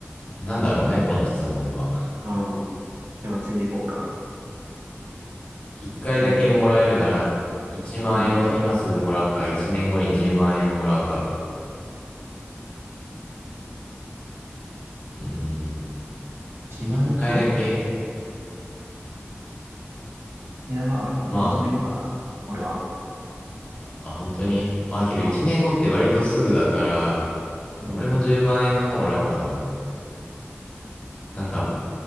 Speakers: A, on the left; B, on the right.
A: なんだろうね、この質問は。
B: うん。でも次行こうか。
A: 1回だけもらえるなら、
B: えー
A: 1万円を今すぐもらうか、
B: うん。
A: 1年後に10万円をもらうか。うーん。
B: 1万円でしょ
A: 1回だけ、
B: いや、まあ、
A: まあ、
B: 1年後かな。俺は。
A: あ、本当にまあ、けど1年後って割とすぐだから、
B: うん。うん。
A: まあ俺も10万円の方もらおうかな。なんか、